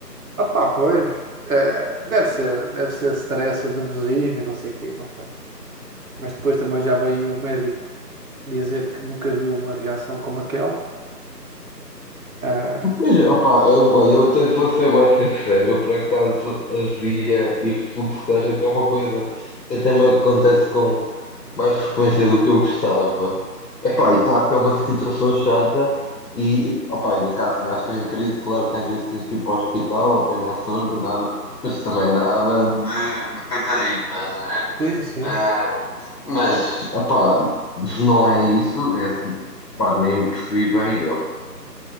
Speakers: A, on the right; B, on the left.
A: ah, pá, pois, eh, deve ser, deve ser stress e nervosismo e não sei o quê, não sei. Mas depois também já veio um médico dizer que nunca viu uma reação como aquela. Ah,
B: Pois, opá, eu, olha, eu até te vou ser bem sincero, eu por acaso havia e fluxo de caixa, que é uma coisa que até me acontece com mais frequência do que eu gostava. Epá, e claro que é uma situação chata e, opá, em caso de gastroenterite, claro que às vezes tens que ir para o hospital, apanhar soro, nada, mas também nada de, de coitadinho, estás a ver?
A: sim, sim.
B: Ah, mas, opá, não é isso, é esse tipo, pá, nem percebi bem.